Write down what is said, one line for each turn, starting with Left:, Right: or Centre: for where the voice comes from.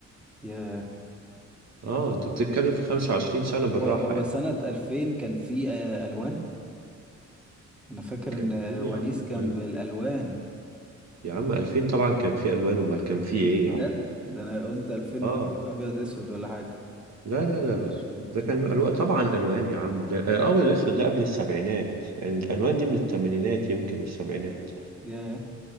Centre: يا
Right: اه انت بتتكلم في 25 سنة بالراحة
Centre: هو هو
Right: يعني
Centre: سنة 2000 كان في آه، الوان انا فاكر
Right: كان
Centre: ان آه،
Right: في إيه
Centre: ونيس
Right: يا عم
Centre: كان
Right: كل
Centre: بالالوان
Right: يا عم 2000 طبعا كان في الوان امال كان في ايه
Centre: بجد
Right: يا عم
Centre: ده انا قلت 2000
Right: اه
Centre: ممكن يبقى ابيض اسود ولا حاجة
Right: لا لا لا
Centre: مش
Right: لا
Centre: ممكن
Right: ده كان الوان طبعا الوان يا عم ده آه، الابيض والاسود ده قبل السبعينات يعني الالوان دي من الثمانينات يمكن والسبعينات
Centre: يا